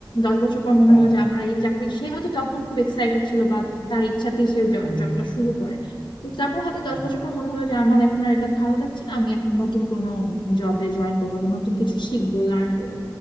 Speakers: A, on the left; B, on the left.
A: দশ বছর পর মনে
B: হ্যাঁ
A: হলো যে আমার এই চাকরি সে হয়তো তখন খুব এক্সাইটেড ছিল বা তার ইচ্ছাতেই সে
B: হুম
A: জবটা শুরু করে কিন্তু তারপর হয়তো দশ
B: হুম,
A: বছর পর মনে হলো যে আমার এখন আর এটা ভালো লাগছে না আমি এখন নতুন কোনো জবে জয়েন করবো বা নতুন কিছু শিখবো লার্ন করবো